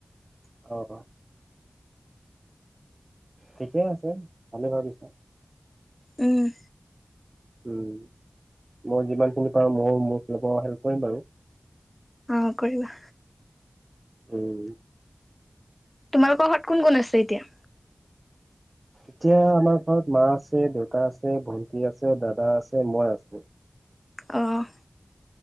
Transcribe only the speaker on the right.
অ', ঠিকে আছে ভালে ভাবিছা।
উম, মই যিমানখিনি পাৰো মই মোৰ ফালৰ পৰা হেল্প কৰিম বাৰু।
উম,
এতিয়া আমাৰ ঘৰত মা আছে দেউতা আছে, ভন্টি আছে, দাদা আছে মই আছো।